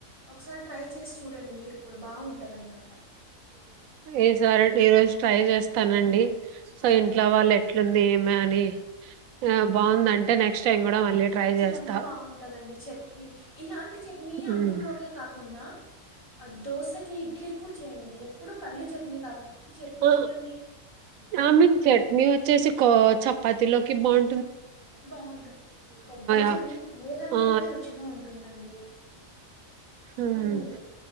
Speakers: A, on the left; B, on the right.
A: ఒకసారి ట్రై చేసి చూడండి మీరు కూడా బాగుంటదన్నమాట
B: ఏ సారా ఈ రోజు ట్రై చేస్ ఇస్తానండి
A: మ్మ్.
B: సో ఎట్లా వాళ్ళ ఎట్లుంది ఏమ అని ఆ బాగుంద అంట నెక్స్ట్ టైం కూడా మళ్ళీ ట్రై
A: ఖచ్చితంగా
B: చేస్తా
A: బాగుంటదండి చట్నీ ఇలాంటి చట్నీ అన్నంలోకే
B: ఉమ్
A: కాకుండా దో సె ఇడ్లీ కూడా చేయండి ఇప్పుడు పల్లీలి చట్నీ కాకుండా ఈ చట్నీ
B: ఆ
A: చేయండి
B: ఆమె చట్నీ వచ్చేసి చపాతిలోకి బాం
A: బాగుంటుంది కొబ్బరి చట్నీ
B: ఆ
A: ఏ దాంట్లోకైనా
B: ఆ
A: రుచిగా ఉంటుందండి
B: హ్మ్
A: ఉమ్,